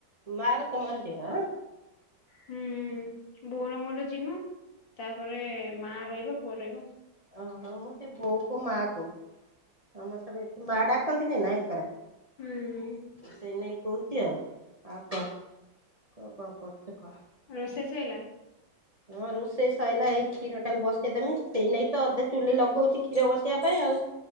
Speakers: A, on the right; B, on the left.
A: ମାଆ ର ତମର ଯିବ ଆଁ?
B: ହୁଁ, ବୋଉର ମୋର ଯିମୁ, ତାପରେ ମା ରହିବ ପୁଅ ରହିବ।
A: ଓହୋ ମୁଁ ସେ ବୋଉ କୁ ମାଆ କୁ ସମସ୍ତେ ସବ ମାଆ ଡାକନ୍ତୀନି ନା ଏକର?
B: ହୁଁ
A: ସେଇ ନେଇକି କହୁଛି ଆଉ, ଆଉ କଣ କ କଣ କରୁଛୁ କହ?
B: ରୋଷେଇ ସଇଲା?
A: ହଁ ରୋଷେଇ ସଇଲା, ଏଇ କ୍ଷୀର ଟାକୁ ବସେଇଦେମି ସେଇ ନାକି ତ ଅଧେ ଚୁଲି ଲଗଉଛିି କ୍ଷୀର ବସିବା ପାଇଁ ଆଉ।